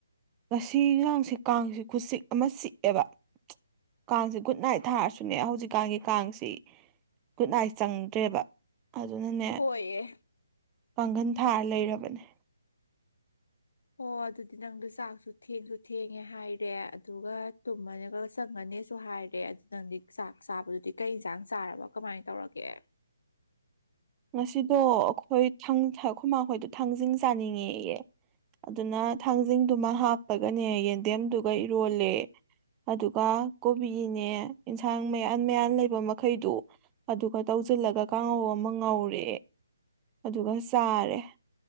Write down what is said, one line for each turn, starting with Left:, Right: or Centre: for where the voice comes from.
Right: ꯉꯁꯤ ꯉꯥꯡꯁꯤ ꯀꯥꯡꯁꯤ ꯈꯨꯆꯤꯛ ꯑꯃ ꯆꯤꯛꯑꯦꯕ ꯀꯥꯡꯁꯤ ꯒꯨꯠ ꯅꯥꯏꯠ ꯊꯥꯔꯁꯨꯅꯦ ꯍꯧꯖꯤꯛꯀꯥꯟꯒꯤ ꯀꯥꯡꯁꯤ ꯒꯨꯗ ꯅꯥꯏꯠ ꯆꯪꯗ꯭ꯔꯦꯕ ꯑꯗꯨꯅꯅꯦ
Left: ꯍꯣꯏꯌꯦ
Right: ꯄꯥꯡꯒꯜ ꯊꯥꯔ ꯂꯩꯔꯕꯅꯦ
Left: ꯍꯣ ꯑꯗꯨꯗꯤ ꯅꯪꯗꯣ ꯆꯥꯛꯁꯨ ꯊꯦꯡꯁꯨ ꯊꯦꯡꯉꯦ ꯍꯥꯏꯔꯦ ꯑꯗꯨꯒ ꯇꯨꯝꯃꯅꯒ ꯆꯪꯉꯅꯤꯁꯨ ꯍꯥꯏ ꯔꯦ ꯑꯗꯨ ꯅꯪꯗꯤ ꯆꯥꯛ ꯆꯥꯕꯗꯨꯗꯤ ꯀꯩ ꯏꯟꯁꯥꯡ ꯆꯥꯔꯕ ꯀꯃꯥꯏꯅ ꯇꯧꯔꯒꯦ
Right: ꯉꯁꯤꯗꯣ ꯑꯩꯈꯣꯏ ꯊꯪ ꯈꯨꯃꯥꯈꯣꯏꯗꯣ ꯊꯥꯡꯖꯤꯡ ꯆꯥꯅꯤꯡꯉꯦꯌꯦ ꯑꯗꯨꯅ ꯊꯥꯡꯖꯤꯡꯗꯨꯃ ꯍꯥꯞꯄꯒꯅꯦ ꯌꯦꯟꯗꯦꯝꯗꯨꯒ ꯏꯔꯣꯜꯂꯦ ꯑꯗꯨꯒ ꯀꯣꯕꯤꯅꯦ ꯑꯦꯟꯁꯥꯡ ꯃꯌꯥꯟ ꯃꯌꯥꯟ ꯂꯩꯕ ꯃꯈꯩꯗꯨ ꯑꯗꯨꯒ ꯇꯧꯖꯤꯜꯂꯒ ꯀꯥꯡꯍꯧ ꯑꯃ ꯉꯧꯔꯦ ꯑꯗꯨꯒ ꯆꯥꯔꯦ